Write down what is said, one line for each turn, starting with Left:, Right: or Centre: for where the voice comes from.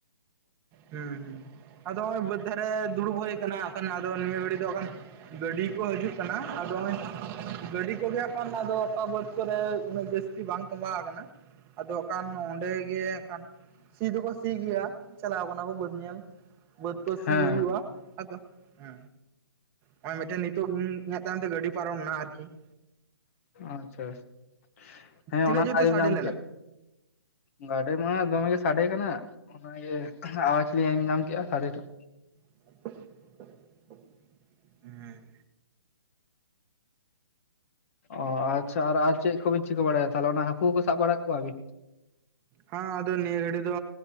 Right: ᱦᱮᱸ ᱦᱮᱸ ᱾ ᱟᱫᱚ ᱦᱚᱜ ᱚᱭ ᱵᱟᱹᱫᱽ ᱫᱷᱟᱨᱮ ᱫᱩᱲᱩᱵ ᱦᱩᱭ ᱟᱠᱟᱱᱟ ᱟᱠᱷᱟᱱ ᱟᱫᱚ ᱱᱤᱭᱟᱹ ᱜᱷᱟᱹᱲᱤᱡ ᱫᱚ ᱦᱟᱸᱜ ᱠᱷᱟᱱ ᱜᱟᱹᱰᱤ ᱠᱚ ᱦᱤᱡᱩᱜ ᱠᱟᱱᱟ᱾ ᱟᱫᱚ ᱱᱚᱜᱼᱚᱭ ᱜᱟᱹᱰᱤ ᱠᱚᱜᱮ ᱠᱷᱟᱱ ᱟᱫᱚ ᱚᱠᱟ ᱵᱟᱹᱫᱽ ᱠᱚᱨᱮ ᱩᱱᱟᱹᱜ ᱡᱟᱹᱥᱛᱤ ᱵᱟᱝ ᱛᱚᱸᱵᱟᱣ ᱟᱠᱟᱱᱟ ᱾ ᱟᱫᱚ ᱚᱠᱟᱱ ᱚᱸᱰᱮ ᱜᱮ ᱦᱟᱸᱜ ᱠᱷᱟᱱ ᱥᱤ ᱫᱚᱠᱚ ᱥᱤ ᱜᱮᱭᱟ, ᱪᱟᱞᱟᱣ ᱠᱟᱱᱟ ᱠᱚ ᱵᱟᱹᱫᱽ ᱧᱮᱞ ᱾ ᱵᱟᱹᱫᱽ ᱠᱚ ᱥᱤ
Left: ᱦᱮᱸ
Right: ᱦᱩᱭᱩᱜ ᱛᱚᱜᱼᱟ ᱟᱫᱚ ᱾ ᱦᱚ, ᱦᱚᱜ ᱚᱭ ᱢᱤᱫᱴᱮᱱ ᱱᱤᱛᱚᱜ ᱤᱧᱟᱹᱜ ᱛᱟᱭᱚᱢ ᱛᱮ ᱜᱟᱹᱰᱤ ᱯᱟᱨᱚᱢᱱᱟ ᱟᱨᱠᱤ ᱾
Left: ᱟᱪᱪᱷᱟ ᱾ ᱦᱮᱸ
Right: ᱛᱤᱱᱟᱹᱜ
Left: ᱚᱱᱟ
Right: ᱡᱳᱨ
Left: ᱢᱟᱧ ᱟᱸᱡᱚᱢ
Right: ᱛᱮ ᱥᱟᱰᱮ
Left: ᱧᱟᱢ
Right: ᱞᱮᱱᱟ
Left: ᱠᱮᱜ ᱾ ᱜᱟᱰᱤ ᱢᱟ ᱫᱚᱢᱮ ᱜᱮ ᱥᱟᱰᱮ ᱠᱟᱱᱟ ᱚᱱᱟᱜᱮ ᱟᱣᱟᱡᱽ ᱞᱤᱧ ᱟᱸᱡᱚᱢ ᱧᱟᱢ ᱠᱮᱜᱼᱟ ᱥᱟᱰᱮ ᱴᱟᱜ ᱾
Right: <unintelligible> ᱦᱮᱸ
Left: ᱚ ᱟᱪᱪᱷᱟ ᱟᱨ ᱟᱨ ᱪᱮᱫ ᱠᱚᱵᱤᱱ ᱪᱤᱠᱟᱹ ᱵᱟᱲᱟᱭᱟ ᱛᱟᱦᱚᱞᱮ ᱚᱱᱟ ᱦᱟᱹᱠᱩ ᱜᱮᱠᱩ ᱥᱟᱵ ᱵᱟᱲᱟᱭᱮᱫ ᱠᱚᱣᱟᱵᱤᱱ?
Right: ᱦᱟᱸ ᱟᱫᱚ ᱱᱤᱭᱟᱹ ᱜᱷᱟᱹᱲᱤᱡ ᱫᱚ